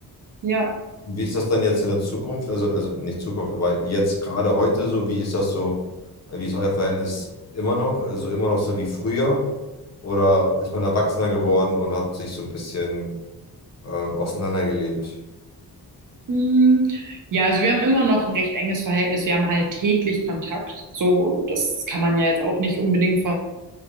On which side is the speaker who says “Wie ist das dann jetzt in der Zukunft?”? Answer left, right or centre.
Left